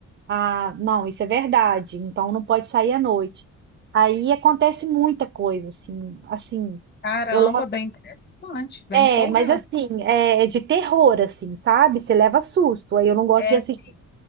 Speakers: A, on the right; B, on the left.
A: ah, não, isso é verdade. Então não pode sair à noite. Aí acontece muita coisa, assim, assim.
B: caramba,
A: Eu levo,
B: bem interessante, bem
A: é,
B: empolgante.
A: mas assim, é, é de terror, assim, sabe? Você leva susto. Aí eu não gosto
B: É,
A: de assistir.
B: sim.